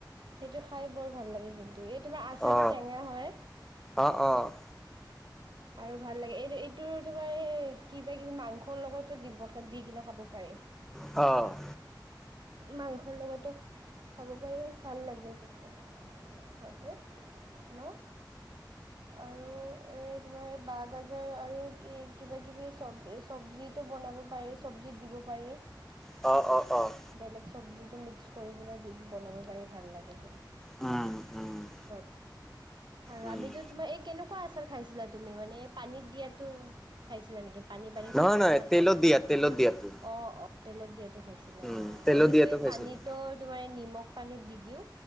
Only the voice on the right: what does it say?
সেইটো খাই বৰ ভাল লাগে কিন্তু, এই তোমাৰ আচাৰটো
টেঙা হয়।
আৰু ভাল লাগে এইটো এই টো তোমাৰ এ, কিবা কিবি মাংসৰ লগতো দিব, দি কিনে খাব পাৰি।
মাংসৰ লগতো খাব পাৰি ভাল লাগে <unintelligible> <unintelligible> ন! আৰু এই তোমাৰ বাঁহ গাজাৰ আৰু কি-কিবা কিবি চব- চবজিত টো বনাব পাৰি চবজিত দিব পাৰি।
বেলেগ চবজিটো মিক্স কৰি কিনে দি, বনাব পাৰি ভাল লাগে <unintelligible>
ঘ আৰু
আমিতো তোমাৰ এই কেনেকুৱা আচাৰ খাইছিলা তুমি মানে পানীত দিয়াতো খাইছিলা নেকি পানী পানী
থাকে
যে আচাৰটো
অ অ তেলত দিয়াটো খাইছিলো
অঁ
আমিতো
এই
পানীতো তোমাৰ নিমখ পানীত দি দিওঁ